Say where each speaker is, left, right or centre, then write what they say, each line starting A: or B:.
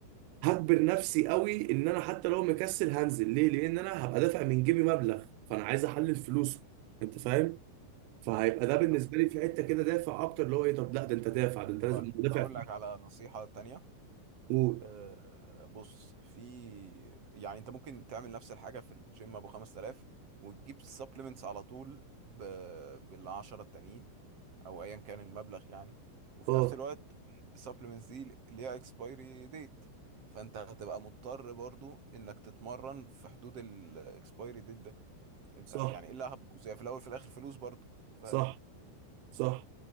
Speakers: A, on the right; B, on the right.
A: هجبر نفسي قوي ان انا حتى لو مكسل هنزل ليه لان انا هبقى دافع من جيبي مبلغ فانا عايز احلل فلوسه انت فاهم فهيبقى ده بالنسبه
B: طب
A: لي في حته كده دافع اكتر اللي هو ايه طب لا ده انت دافع ده انت
B: طب
A: لازم دافع
B: هقول
A: فلوس
B: لك على نصيحة تانية
A: قول
B: آه، بص في يعني انت ممكن تعمل نفس الحاجه في الجيم ابو 5000 وتجيب سبلمنتس على طول ب... بالعشرة التانيين او ايا كان المبلغ يعني وفي
A: اه
B: نفس الوقت السبلمنتس دي ليها اكسبايري ديت فانت هتبقى مضطر برضو انك تتمرن في حدود الاكسبايري ديت ده انت
A: صح
B: يعني الا هتبوظ يعني في الاول في الاخر فلوس برضو فاهم
A: صح صح